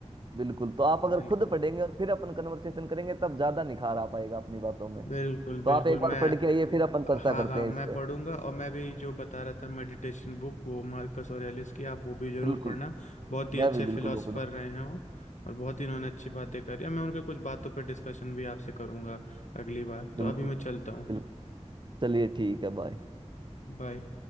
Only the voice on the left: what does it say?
बिल्कुल
बिल्कुल
बिल्कुल
मैं
हाँ
हाँ
मैं
पढ़ूंगा और मैं भी जो बता रहा था मेडिटेशन बुक वो मार्कस ऑरेलियस की आप वो भी जरूर
पढ़ना बहुत ही
अच्छे
फिलोसफर
रहे हैं वो और बहुत ही उन्होंने अच्छी बातें करी और मैं उनके कुछ बातों पर डिस्कशन भी आपसे करूंगा अगली बार
तो अभी मैं चलता
हूँ
बाय